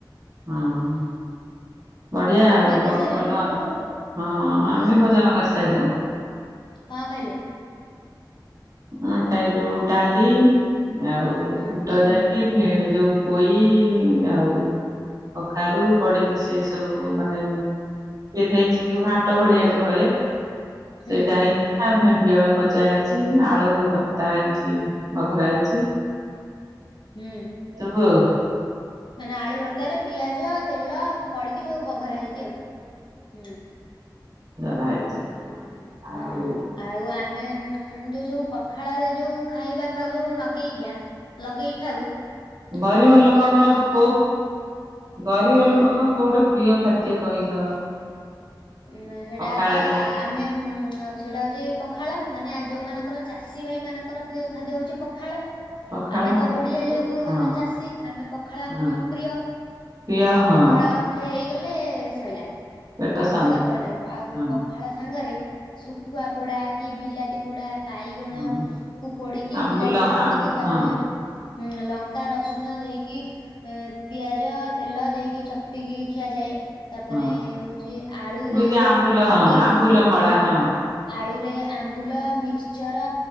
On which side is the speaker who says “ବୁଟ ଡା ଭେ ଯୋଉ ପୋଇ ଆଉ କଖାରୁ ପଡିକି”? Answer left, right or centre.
Right